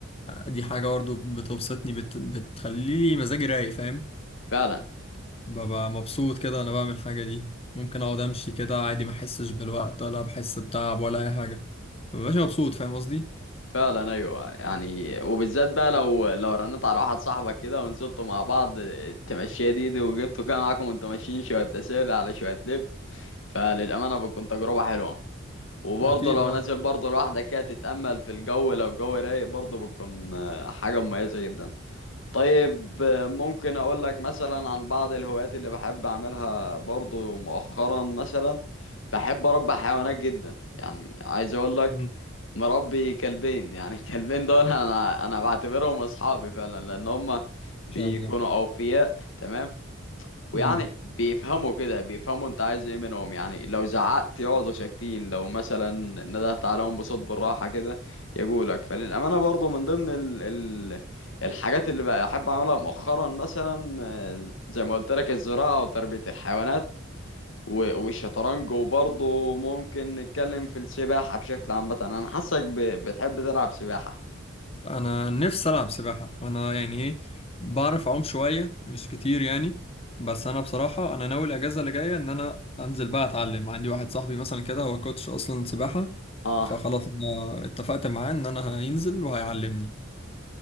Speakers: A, on the left (about 30°); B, on the left (about 65°).
A: دي حاجة برضه بتبسطني بت... بتخليلي مزاجي رايق فاهم
B: فعلا
A: ببقى مبسوط كده أنا بعمل الحاجة دي ممكن أقعد أمشي كده عادي ما أحسش بالوقت ولا بحس بتعب ولا أي حاجة مبقاش مبسوط فاهم قصدي؟
B: فعلا ايوه يعني وبالذات بقى لو لو رنيت على واحد صاحبك كده ونزلتوا مع بعض تمشيه دي دي وجبتوا كده معاكم وانتوا ماشيين شويه تسالي على شويه لب فللامانه بتكون تجربه حلوه وبرضه
A: أكيد
B: لو
A: أه
B: نازل برضه لوحدك كده تتامل في الجو لو الجو رايق برضه بتكون آه، حاجه مميزه جدا طيب ممكن اقول لك مثلا عن بعض الهوايات اللي بحب اعملها برضو مؤخرا مثلا بحب اربي حيوانات جدا يعني عايز اقول لك
A: مم. إن
B: مربي كلبين يعني <laughs> الكلبين دول انا انا بعتبرهم اصحابي فعلا لان هم بيكونوا
A: شاء الله
B: اوفياء تمام ويعني
A: مم.
B: بيفهموا كده بيفهموا انت عايز ايه منهم يعني لو زعقت يقعدوا ساكتين لو مثلا ندهت عليهم بصوت بالراحة كده يقولك فللأمانة برضو من ضمن ال ال الحاجات اللي بحب أعملها مؤخرا مثلا آه، زي ما قلت لك الزراعة وتربية الحيوانات و- والشطرنج وبرضه ممكن نتكلم في السباحة بشكل عام مثلا أنا حاسك ب- بتحب تلعب سباحة
A: انا نفسي العب سباحه انا يعني ايه بعرف اعوم شويه مش كتير يعني بس انا بصراحه انا ناوي الاجازه اللي جايه ان انا انزل بقى اتعلم عندي واحد صاحبي مثلا كده هو كوتش اصلا سباحه
B: اه
A: فخلاص انا اتفقت معاه ان انا هينزل وهيعلمني